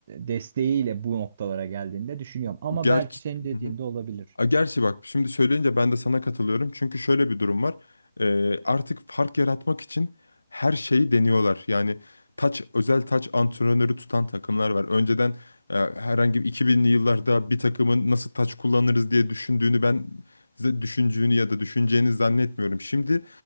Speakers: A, on the right; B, on the left.
A: desteğiyle bu noktalara geldiğinde düşünüyorum. Ama
B: Gerçi
A: belki senin dediğinde
B: hı hı.
A: olabilir.
B: A, Gerçi bak şimdi söyleyince ben de sana katılıyorum. Çünkü şöyle bir durum var. Ee, artık fark yaratmak için her şeyi deniyorlar. Yani taç özel taç antrenörü tutan takımlar var. Önceden e, herhangi bir 2000'li yıllarda bir takımın nasıl taç kullanırız diye düşündüğünü ben size düşündüğünü ya da düşüneceğini zannetmiyorum. Şimdi